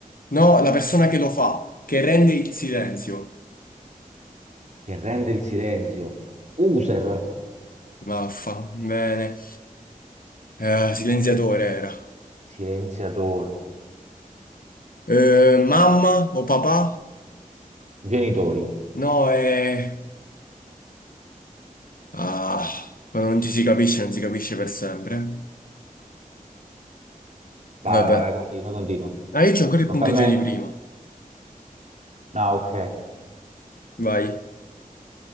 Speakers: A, on the left; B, on the right.
A: No, la persona che lo fa, che rende il silenzio.
B: che rende il silenzio, user,
A: Maffa, bene. Eh, silenziatore era.
B: silenziatore,
A: Eh, mamma o papà?
B: genitori.
A: No, eh... Ah, quando non ci si capisce, non si capisce per sempre.
B: Vai,
A: Vabbè.
B: vai, vai, continua, continua.
A: Ah, io c'ho ancora il
B: Tocca
A: punteggio
B: a me?
A: di prima.
B: Ah, ok.
A: Vai.